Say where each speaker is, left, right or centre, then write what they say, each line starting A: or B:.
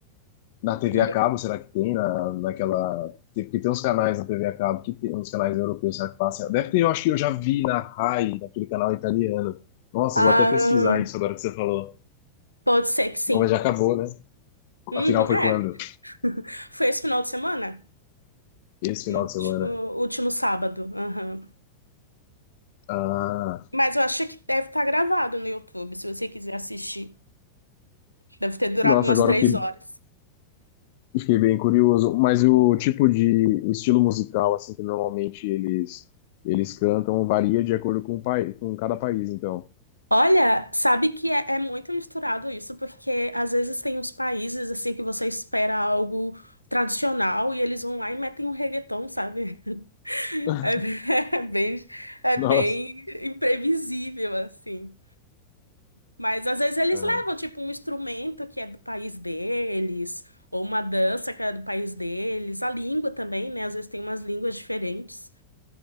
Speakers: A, on the left; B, on the right.
A: Na TV
B: né?
A: a cabo, será que tem? Na, naquela. tem- Porque tem uns canais na TV a cabo que tem uns canais europeus, será que passa? Deve ter, eu acho que eu já vi na Rai, naquele canal italiano. Nossa,
B: Ah,
A: eu vou até pesquisar isso agora que você falou.
B: Pode ser que sim.
A: Bom, mas já acabou, né?
B: Uhum,
A: A final foi
B: é,
A: quando?
B: foi esse final de semana?
A: Esse final
B: No último,
A: de semana.
B: último sábado. aham.
A: Ah,
B: Mas eu achei que deve estar gravado no YouTube, se você quiser assistir. Deve ter durado
A: nossa,
B: umas
A: agora
B: três
A: eu fiquei,
B: horas.
A: eu fiquei bem curioso. Mas o tipo de o estilo musical, assim, que normalmente eles, eles cantam, varia de acordo com o país, com cada país, então.
B: Olha, sabe que é, é muito misturado isso, porque às vezes tem uns países assim que você espera algo tradicional e eles vão lá e metem um reggaeton, sabe? <laughs>
A: <laughs>
B: É, bem, é bem é
A: Nossa.
B: bem imprevisível, assim. Mas às vezes eles
A: Ah,
B: levam, tipo, um instrumento que é do país deles, ou uma dança que é do país deles, a língua também, né? Às vezes tem umas línguas diferentes,